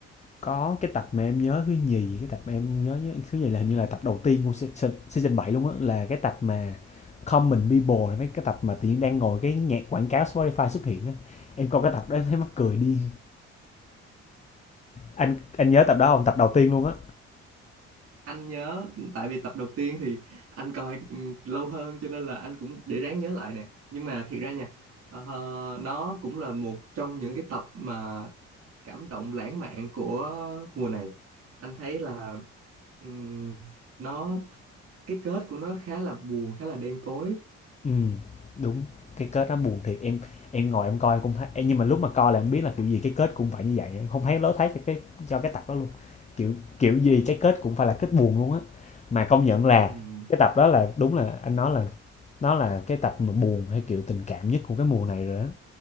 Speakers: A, on the left; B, on the right.
A: có cái tập mà em nhớ thứ nhì cái tập mà em nhớ nhớ- thứ nhì là hình như là tập đầu tiên của season, season 7 luôn á là cái tập mà Common People là mấy cái tập mà tự nhiên đang ngồi cái nhạc quảng cáo Spotify xuất hiện á em coi cái tập đó em thấy mắc cười điên anh anh nhớ tập đó không tập đầu tiên luôn á
B: anh nhớ tại vì tập đầu tiên thì anh coi ừ, lâu hơn cho nên là anh cũng để ráng nhớ lại nè nhưng mà thiệt ra nha ờ, nó cũng là một trong những cái tập mà cảm động lãng mạn của mùa này anh thấy là ừm, nó cái kết của nó khá là buồn khá là đen tối
A: Ừm, đúng, cái kết nó buồn thiệt, em em ngồi em coi cũng thấy ê, nhưng mà lúc mà coi là em biết là kiểu gì cái kết cũng phải như vậy, em không thấy lối thoát cho cái cho cái tập đó luôn. Kiểu kiểu gì cái kết cũng phải là kết buồn luôn á. Mà công nhận là
B: Ừm,
A: cái tập đó là đúng là anh nói là nó là cái tập mà buồn hay kiểu tình cảm nhất của cái mùa này rồi á.